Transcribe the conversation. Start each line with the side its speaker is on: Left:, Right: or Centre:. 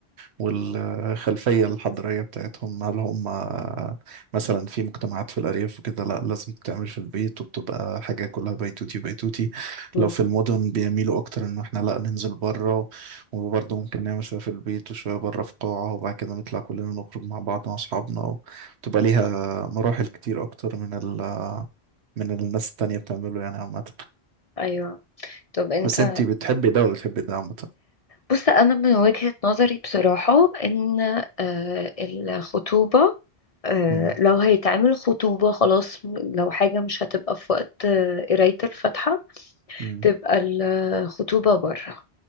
Right: والخلفية الحضارية بتاعتهم هل هم مثلا في مجتمعات في الأرياف وكده لا لازم تتعمل في البيت وبتبقى حاجة كلها بيتوتي بيتوتي
Left: مم.
Right: لو في المدن بيميلوا أكتر إن احنا لا ننزل بره وبرضه ممكن نعمل شوية في البيت وشوية بره في قاعة وبعد كده نطلع كلنا نخرج مع بعض مع أصحابنا بتبقى ليها مراحل كتير أكتر من ال من الناس التانية بتعمله يعني عامة
Left: ايوه طب انت
Right: بس انتي بتحبي ده ولا بتحبي ده عامة؟
Left: بص انا من وجهة نظري بصراحة ان آه، الخطوبة آه،
Right: مم،
Left: لو هيتعمل خطوبة خلاص لو حاجة مش هتبقى في وقت آه، قراية الفاتحة
Right: مم،
Left: تبقى الخطوبة بره